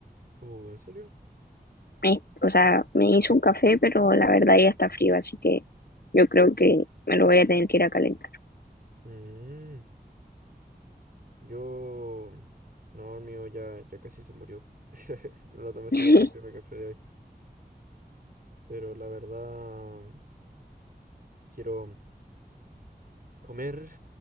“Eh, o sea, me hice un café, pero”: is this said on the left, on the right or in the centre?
Left